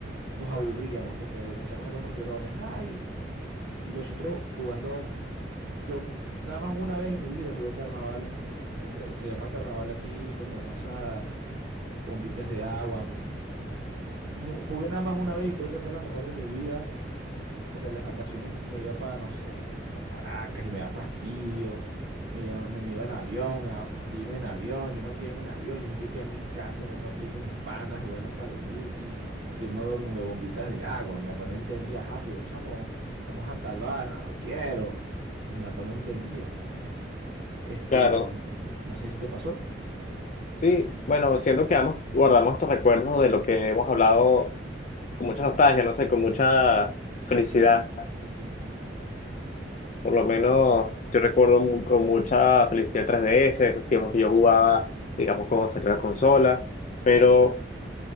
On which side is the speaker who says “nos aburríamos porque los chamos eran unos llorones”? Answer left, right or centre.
Right